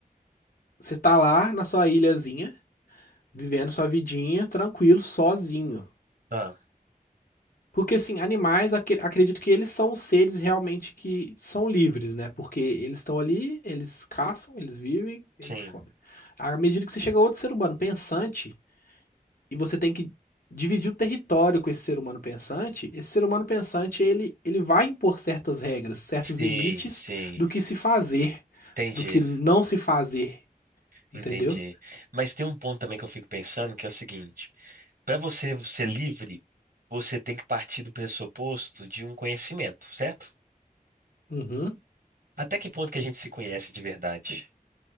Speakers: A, on the left (about 70°); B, on the right (about 75°).
A: você tá lá na sua ilhazinha, vivendo sua vidinha tranquilo, sozinho.
B: Ah,
A: Porque, assim, animais, acre- acredito que eles são os seres realmente que são livres, né? Porque eles estão ali, eles caçam, eles vivem, eles
B: sim.
A: comem. À medida que você chega a outro ser humano pensante e você tem que dividir o território com esse ser humano pensante, esse ser humano pensante, ele, ele vai impor certas regras, certos
B: Sim,
A: limites
B: sim.
A: do que se fazer,
B: Entendi,
A: do que não se fazer,
B: entendi.
A: entendeu?
B: Mas tem um ponto também que eu fico pensando que é o seguinte. Para você ser livre, você tem que partir do pressuposto de um conhecimento, certo?
A: Uhum.
B: Até que ponto que a gente se conhece de verdade?